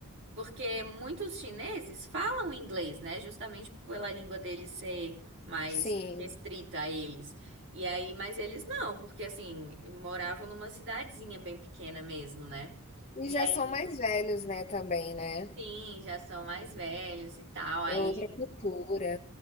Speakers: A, on the right; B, on the left.
A: Porque muitos chineses falam inglês, né? Justamente pela língua deles ser mais
B: Sim.
A: restrita a eles. E aí, mas eles não, porque assim, moravam numa cidadezinha bem pequena mesmo, né?
B: E
A: E
B: já
A: aí,
B: são mais velhos, né, também, né?
A: sim, já são mais velhos e tal. Aí
B: É outra cultura.